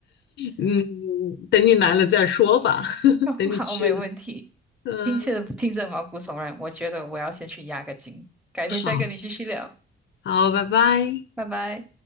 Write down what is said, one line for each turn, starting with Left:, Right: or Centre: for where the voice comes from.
Left: 嗯，等你来了再说吧，<laughs>
Centre: <laughs>
Left: 等你去了。
Centre: 好，没问题。
Left: 嗯，
Centre: 听起来听着毛骨悚然，我觉得我要先去压个惊，改天再跟你继续聊，
Left: 好，好，拜拜。
Centre: 拜拜。